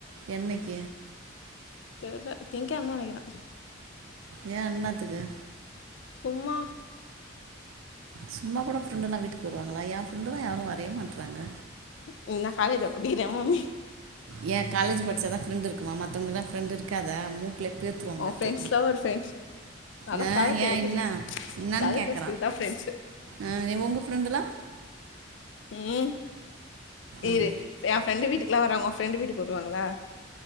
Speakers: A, on the right (about 85°); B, on the left (about 65°).
A: என்னைக்
B: தெரில திங்கழமைனு நினைக்கிறே
A: ஏ ஏண்ணத்துக்கு
B: சும்மா
A: சும்மா கூட ஃப்ரெண்ட்ல்லா வீட்டுக்கு வருவாங்களா எஃப்ரெண்ட்ல்லா யாரும் வரவே மாட்ட றாங்க
B: நீ என்ன காலேஜ படிக்கிறே மாம்மி
A: ஏ காலேஜ் படிச்சாதா ஃப்ரெண்ட இருக்குமா மத்தவங்களுக்கு தான் ஃப்ரெண்ட் இருக்காத மூக்லே பேத்துவம் பேத்து
B: உன் ஃப்ரெண்ட்ஸ்லா ஒரு ஃப்ரெண்ட்ஸ் அதா
A: ஏ
B: கத பேச
A: ஏன் என்ன என்னன்னு
B: கத
A: கேக்றா
B: பேசறதுக்கு தா ஃப்ரெண்ட்ஸு
A: ஆ நீ உங்க ஃப்ரெண்டுலா
B: உம் இரு
A: ம்
B: எ ஃப்ரெண்டு வீட்டுக்கு எல்லா வராங்க உ ஃப்ரெண்ட் வீட்டுக்கு வருவாங்களா